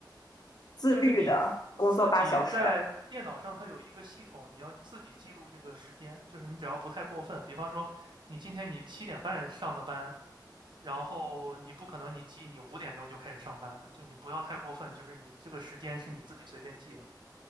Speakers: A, on the left (about 60°); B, on the right (about 80°).
A: 自律的工作八小时。
B: 就是你自自己在电脑上，它有一个系统，你要自己记录这个时间。就是你只要不太过分，比方说你今天你七点半上的班，然后你不可能你记你五点钟就开始上班，就你不要太过分，就是你这个时间是你自己随便记的。